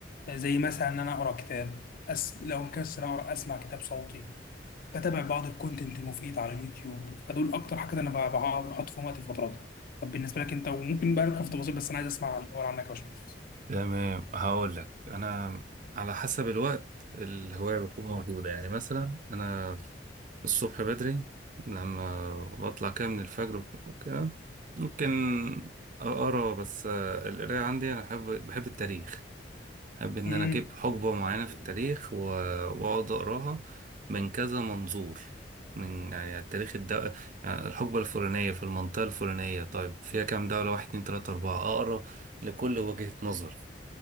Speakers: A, on the left; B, on the right.
A: زي مثلا ان انا اقرا كتاب أس... لو مكسل اقرا اسمع كتاب صوتي بتابع بعض الكونتنت المفيد على اليوتيوب فدول اكتر حاجه انا بع- بع- بحط فيهم وقت الفتره دي طب بالنسبه لك انت وممكن بقى ندخل في تفاصيل بس انا عايز اسمع الاول عنك يا باشمهندس
B: تمام هقول لك انا على حسب الوقت الهواية بتكون موجودة يعني مثلا أنا الصبح بدري لما بطلع كده من الفجر وكده ممكن أقرأ بس آه، القراية عندي أنا بحب بحب التاريخ أحب إن
A: امم
B: أنا أجيب حقبة معينة في التاريخ و- وأقعد أقراها من كذا منظور من يعني التاريخ الد... يعني الحقبة الفلانية في المنطقة الفلانية طيب فيها كام دولة واحد اتنين تلاتة أربعة أقرا لكل وجهة نظر